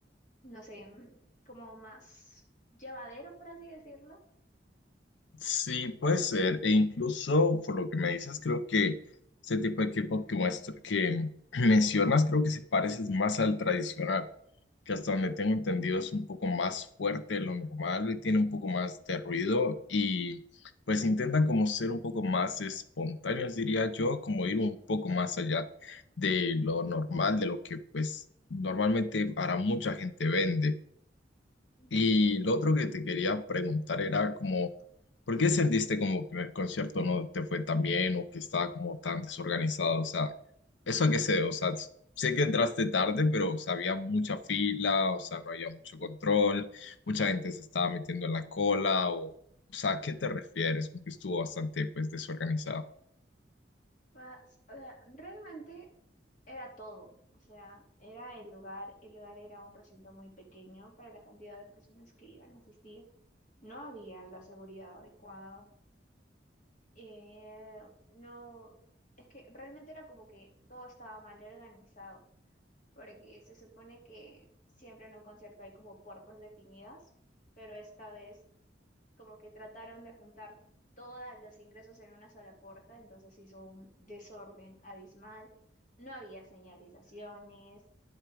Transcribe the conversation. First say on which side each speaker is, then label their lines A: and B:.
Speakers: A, on the left; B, on the left.
A: no sé, mm, como más llevadero, por así decirlo.
B: Sí, puede ser. E incluso, por lo que me dices, creo que ese tipo de K-pop que muestra, que <clears throat> mencionas, creo que se parece más al tradicional, que hasta donde tengo entendido es un poco más fuerte de lo normal, y tiene un poco más de ruido y pues intenta como ser un poco más espontáneos, diría yo, como ir un poco más allá de lo normal, de lo que pues normalmente para mucha gente vende.
A: Mm,
B: Y
A: Pues,
B: lo otro que te quería preguntar era como, ¿por qué sentiste como que el concierto no te fue tan bien o que estaba como tan desorganizado? O sea, ¿eso a qué se debe? O sea, s- sé que entraste tarde, pero o sea, había mucha fila, o sea, no había mucho control, mucha gente se estaba metiendo en la cola, o, o sea, ¿a qué te refieres con que estuvo bastante pues desorganizado?
A: más- o sea, realmente era todo. O sea, era el lugar, el lugar era un recinto muy pequeño para la cantidad de personas que iban a asistir. No había la seguridad adecuada. eh, no, es que realmente era como que todo estaba mal organizado, porque se supone que siempre en un concierto hay como puertas definidas, pero esta vez como que trataron de juntar todos los ingresos en una sola puerta, entonces hizo un desorden abismal. No había señalizaciones,